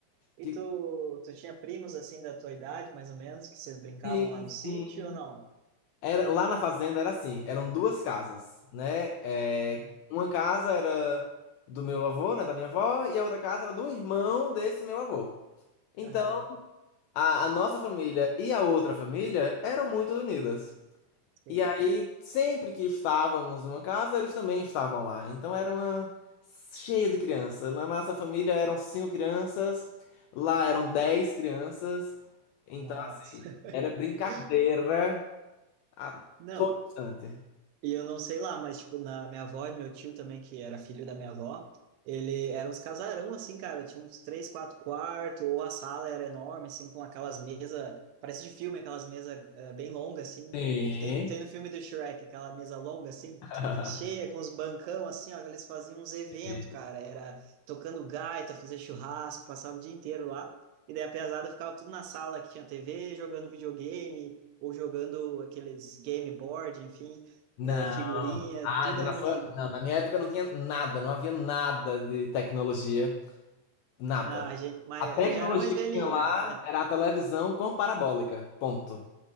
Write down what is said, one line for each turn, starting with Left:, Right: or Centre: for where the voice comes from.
Right: E
Left: Que...
Right: tu, tu tinha primos assim da tua idade, mais ou menos, que vocês brincavam
Left: Sim,
Right: lá no sítio
Left: sim.
Right: ou não?
Left: Era, lá na fazenda era assim, eram duas casas, né? É,
Right: Aham,
Left: uma casa era do meu avô, né, da minha avó, e a outra casa era do irmão desse meu avô. Então,
Right: Aham,
Left: a, a nossa família e a outra família eram muito unidas.
Right: sim.
Left: E aí, sempre que estávamos numa casa, eles também estavam lá. Então, era uma cheia de criança. Na nossa família eram cinco crianças, lá eram dez crianças. Então,
Right: Nossa.
Left: assim, era brincadeira
Right: <laughs>
Left: a
Right: Não,
Left: todo instante.
Right: E eu não sei lá, mas, tipo, na minha avó e meu tio também, que era filho da minha avó, ele era uns casarão, assim, cara, tinha uns três, quatro quartos, ou a sala era enorme, assim, com aquelas mesas, parece de filme, aquelas mesas eh, bem longas, assim,
Left: Sim.
Right: do, que tem, tem no filme do Shrek, aquela mesa longa, assim,
Left: <laughs>
Right: cheia, com os bancão, assim, ó, que eles faziam uns eventos,
Left: É.
Right: cara, era tocando gaita, fazer churrasco, passava o dia inteiro lá, e daí a pesada ficava tudo na sala, que tinha TV, jogando videogame, ou jogando aqueles game board, enfim,
Left: Não.
Right: é, figurinha,
Left: Ah,
Right: tudo
Left: então
Right: reunido.
Left: na sua... Não, na minha época não tinha nada, não havia nada de tecnologia, nada.
Right: Não, a gente, mas
Left: A tecnologia
Right: é, já era mais velhinho,
Left: que tinha lá
Right: já. É.
Left: era a televisão com parabólica, ponto.